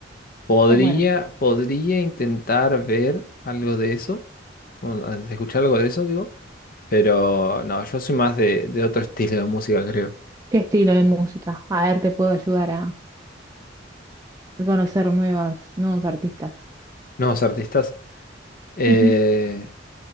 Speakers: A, on the left (about 50°); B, on the right (about 20°).
A: podría,
B: Es buena.
A: podría intentar ver algo de eso, bueno, a- de escuchar algo de eso, digo. Pero no, yo soy más de, de otro estilo de música, creo.
B: ¿Qué estilo de música? A ver, te puedo ayudar a conocer nuevas, nuevos artistas.
A: Nuevos artistas. Eh,
B: Ujú.